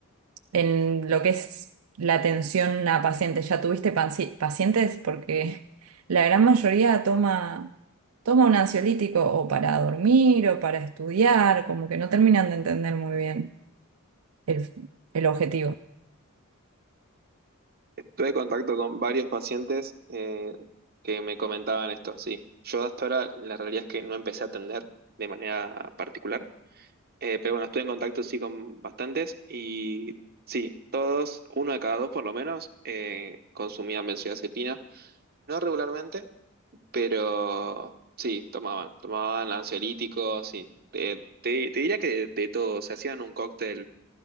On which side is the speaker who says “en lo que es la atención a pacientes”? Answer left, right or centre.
Right